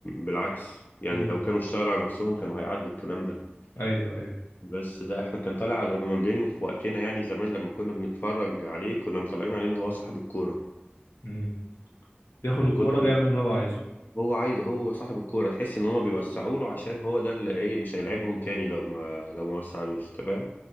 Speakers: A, on the left; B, on the left.
A: بالعكس يعني
B: امم
A: لو كانوا اشتغلوا على نفسهم كانوا هيعدوا الكلام ده
B: ايوه ايوه
A: بس ده احنا كان طالع على رونالدينيو في وقتنا يعني زمان لما كنا بنتفرج عليه كنا مطلعين عليه إن هو صاحب الكورة
B: امم بياخد
A: من
B: الكوره
A: كتر
B: ويعمل اللي هو عايزه
A: هو عايز هو صاحب الكورة تحس ان هما بيوسعوا له عشان هو ده اللي ايه مش هيلعبهم تاني لو ما لو ما وسعلوش تمام